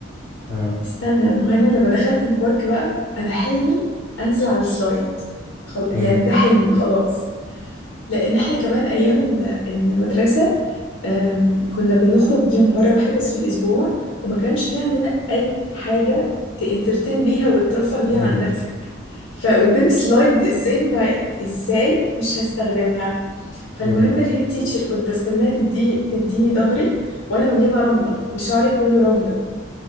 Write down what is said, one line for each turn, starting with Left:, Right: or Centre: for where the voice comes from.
Right: اه
Left: استنى ما هو انا لما دخلت البارك بقى انا حلمي انزل على السلايد خل...
Right: امم
Left: يعني ده حلمي خلاص لان احنا كمان ايام ال- المدرسه أم، كنا بنخرج يوم مرة واحدة بس في الأسبوع وما كانش في عندنا أي حاجة تانترتين بيها وترفه بيها
Right: امم
Left: عن نفسك فقدامي سلايد ازاي ما ازاي مش هستخدمها فالمهم
Right: امم
Left: الهيد تيتشر كنت استناها تدي تديني ظهري وانا مليانه رمله وشعري كله رمله